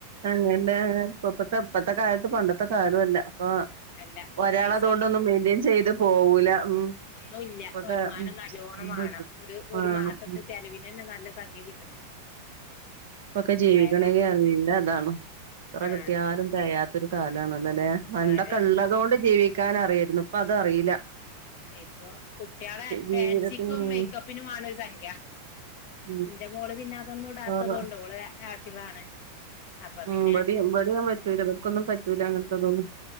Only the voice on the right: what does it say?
അങ്ങനെ ഇപ്പത്തെ ഇപ്പത്തെ കാലത്ത് പണ്ടത്തെ കാലല്ല ആ
ഒരാൾ
അതുകൊണ്ടൊന്നും മെയിന്റ്റെയിൻ ചെയ്ത് പോവൂല ഉം
ഇപ്പൊക്കെ
ഉം
ഉം
വേണം
ഉം
ഇപ്പൊക്കെ ജീവിക്കണമെങ്കിൽ
നല്ല അതാണ് എത്ര
കിട്ടിയാലും തെകയാത്തൊരു കാലണല്ലോ അല്ലെ പണ്ടൊക്കെ
ള്ളതോണ്ട് ജീവിക്കാൻ അറിയായിരുന്നു ഇപ്പ തറിയില്ല
ജീവിതത്തിന് ഉം
ഉം
കൊറ
ഉം
ഇവിടെ ഇവിടേം പറ്റൂല ഇവർക്കൊന്നും പറ്റൂല അങ്ങനത്തെതൊന്നും